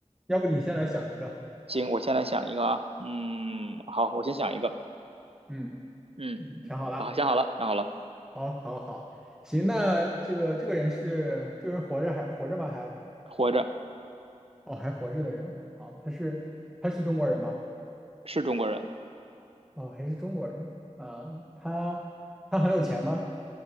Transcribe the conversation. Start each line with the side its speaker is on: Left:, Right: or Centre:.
Centre: 要不你先来想一个。
Right: 行，我先来想一个啊，嗯，好，我先想一个，
Centre: 嗯
Right: 嗯，
Centre: 嗯，想好了，
Right: 好，想好了，想好了，
Centre: 好，好，好，行，那这个这个人是这个人活着还活着吗？还
Right: 活着，
Centre: 哦，还活着的人，好，他是他是中国人吗？
Right: 是中国人，
Centre: 哦，还是中国人啊，他他很有钱吗？